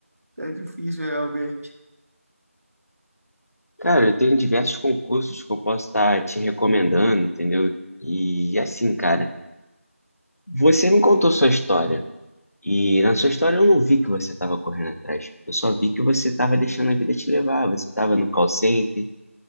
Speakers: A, on the right (about 75°); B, on the left (about 80°).
A: Tá difícil, realmente.
B: Cara, eu tenho diversos concursos que eu posso estar te recomendando, entendeu? E assim, cara, você me contou sua história. E na sua história eu não vi que você estava correndo atrás. Eu só vi que você estava deixando a vida te levar. Você estava no call center,